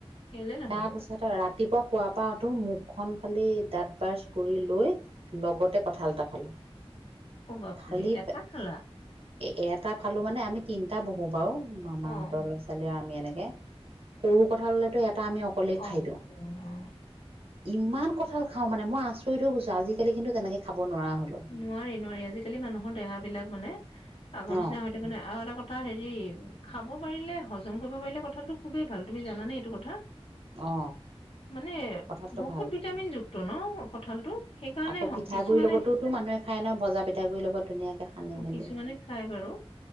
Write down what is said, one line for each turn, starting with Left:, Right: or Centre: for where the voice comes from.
Left: কেলে নহয়
Right: তাৰপিছত ৰা ৰাতিপুৱা শুৱাৰ পৰা উঠো মুখখন খালি দাঁত ব্ৰাছ কৰি লৈ লগতে কঁঠাল এটা ফালো।
Left: অ বাপৰে
Right: ফালি
Left: এটা খালা?
Right: এ এটা ফালো মানে আমি তিনিটা বহোঁ বাৰু, মামাহঁতৰ
Left: অ',
Right: লৰা ছোৱালী আৰু আমি এনেকে সৰু কঁঠাল হলেটো এটা আমি অকলেই
Left: অ', অ',
Right: খাই দিওঁ।
Left: অ
Right: ইমান কঁঠাল খাও মানে মই আচৰিত হৈ গৈছো, আজালি কিন্তু তেনেকে খাব নোৱাৰা হলো
Left: নোৱাৰি নোৱাৰি আজিকালি মানুহৰ দেহা বিলাক মানে আগৰ
Right: অ
Left: নিচিনা হৈ থকা নাই। আৰু এটা কথা হেৰি খাব পাৰিলে হজম কৰিব পাৰিলে কঁঠালটো খুবেই ভাল, তুমি জানে এইটো কথা?
Right: অ।
Left: মানে
Right: কঁঠালটো
Left: বহুত
Right: ভাল
Left: ভিটামিনযুক্ত
Right: ভাল
Left: ন কঁঠালটো সেইকাৰণে
Right: আকৌ
Left: হওক
Right: পিঠাগুড়িৰ
Left: কিছুমানে
Right: লগতোতো মানুহে খাই ন ভজা পিঠাগুৰিৰ লগত ধুনীয়াকে সানি মেলি।
Left: কিছুমানে খাই বাৰু